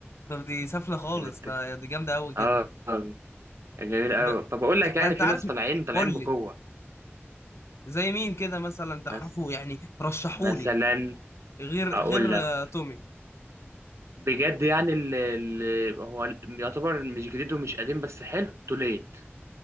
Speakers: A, on the left (about 75°); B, on the right (about 80°).
A: طب دي سفلة خالص
B: كانت
A: ده دي جامدة قوي كده
B: اه آه، جميل أوي
A: لا
B: طب أقول لك يعني
A: لا انت
B: في
A: عارف
B: ناس طالعين طالعين
A: قول
B: بقوة
A: لي زي مين كده مثلا تعرفه
B: مثلا
A: يعني رشحوا
B: مثلا
A: لي غير
B: أقول
A: غير
B: لك
A: آه، تومي
B: بجد يعني اللي هو يعتبر مش جديد ومش قديم بس حلو توليت